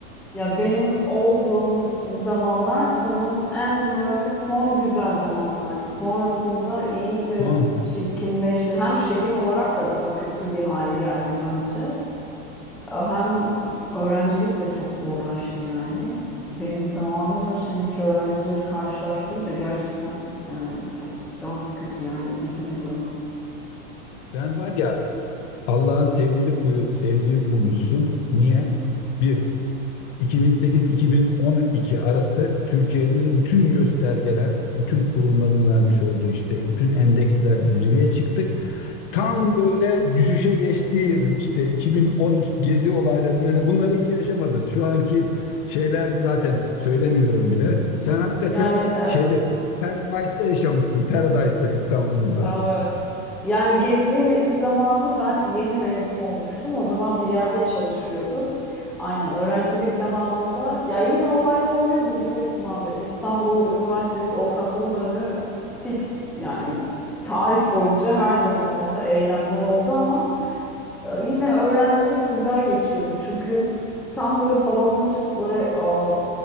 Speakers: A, in the centre; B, on the left (about 40°).
A: Ya benim olduğum zamanlar sanırım en böyle son güzel zamanlardı. Sonrasında iyice
B: Doğan,
A: çirkinleşti. Hem şehir olarak da daha kötü bir hale geldi bence. Hem öğrencilik de çok zorlaştı yani. Benim zamanımla şimdiki öğrencileri karşılaştırınca gerçekten yani çok can sıkıcı yani üzücü bir durum.
B: sen var ya Allah'ın sevdiği kul, sevdiği kulmuşsun. Niye? Bir, 2008-2012 arası Türkiye'nin de bütün göstergeler, bütün kurumların vermiş olduğu işte bütün endekslerde zirveye çıktık. Tam böyle düşüşe geçtiği yıl işte 2013 gezi olayları böyle bunları hiç yaşamadınız. Şu anki şeyler zaten söylemiyorum bile. Sen hakikaten
A: Yani
B: şeyde Paradise'da yaşamışsın. Paradise'da İstanbul'da.
A: Evet. Yani gezi zamanı ben yeni mezun olmuştum. O zaman bir yerde çalışıyordum. Aynen öğrencilik zamanında ya yine olaylar oluyordu biliyorsun abi. İstanbul Üniversitesi o kapının önü fix yani tarih boyunca her zaman orada eylemler oldu ama e, yine öğrencilik güzel geçiyordu. Çünkü tam böyle babamın çok böyle o,